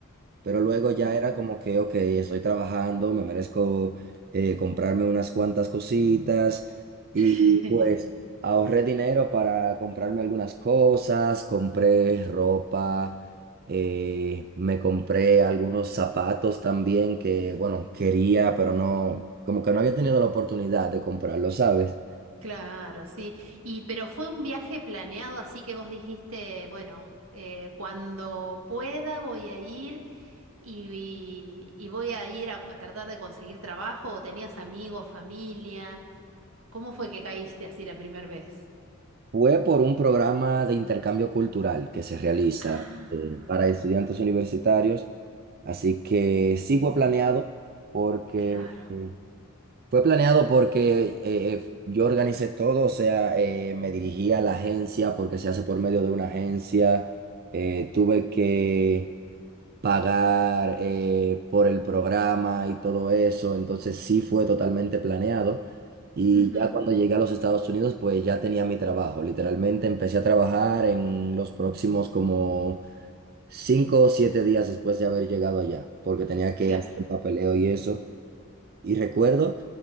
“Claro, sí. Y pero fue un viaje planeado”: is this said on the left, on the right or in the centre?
Right